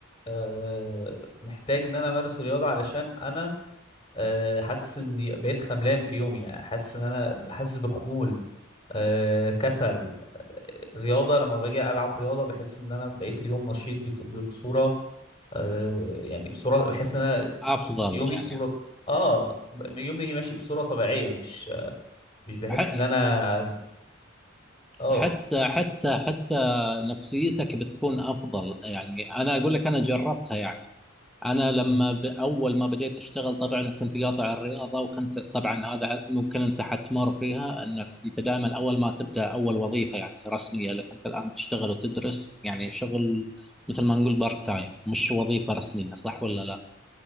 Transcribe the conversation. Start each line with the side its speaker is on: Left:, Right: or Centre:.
Left: آه، محتاج إن أنا أمارس الرياضة علشان أنا آه، حاسس اني بقيت خملان في يومي يعني حاسس ان انا حاسس بخمول آه، كسل آه، رياضة لما باجي ألعب رياضة بحس إن أنا بقيت اليوم نشيط بت- بصورة آه، يعني بصورة بحس إن أنا
Centre: افضل
Left: يومي
Centre: يعني
Left: الصورة آه يومي ماشي بصورة طبيعية مش مش بحس
Centre: ح-
Left: إن أنا آه
Centre: حتى حتى حتى نفسيتك بتكون افضل يعني انا اقول لك انا جربتها يعني انا لما
Left: مم.
Centre: ب... اول ما بديت اشتغل طبعا كنت قاطع الرياضه وكنت طبعا هذا ممكن انت حتمر فيها انك انت دائما اول ما تبدا اول وظيفه يعني رسميه لك انت الان تشتغل وتدرس يعني شغل مثل ما نقول بارت تايم مش وظيفه رسميه صح ولا لا؟